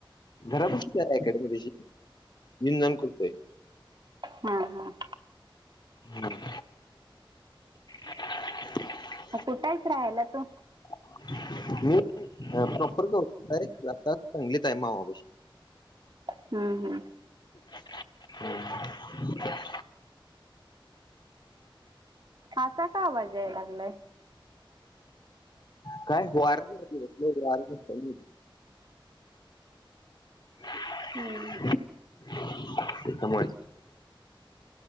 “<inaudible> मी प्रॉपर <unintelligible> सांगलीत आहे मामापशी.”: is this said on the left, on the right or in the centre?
Left